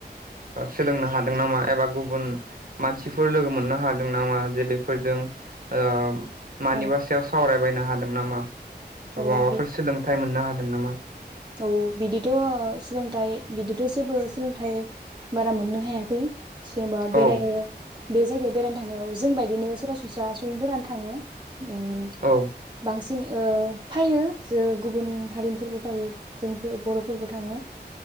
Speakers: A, on the right; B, on the right.
A: सोलोंनो हादों नामा एबा गुबुन मानसिफोर लोगो मोननो हादों नामा जे बेफोरजों ओ मानिबा
B: औ
A: सायाव सावरायबाय ना हादों नामा?
B: औ
A: माबाफोर
B: बे
A: सोलोंथाइ मोननो हायो? दों नामा
B: औ बिदिथ' सोलोंथाइ बिदिथ' जेबो सोलोंथाइ बारा मोननो हायाखै। जेनेबा बेरायनो
A: औ
B: बे जायगायाव बेरायनो थांनायाव जों बादिनो सरासनस्रा सुबुंफोरानो थाङो। उम
A: औ
B: बांसिन ओ फैयो जे गुबुन हारिनिफोरबो फैयो। जोंबो बर'फोरबो थाङो।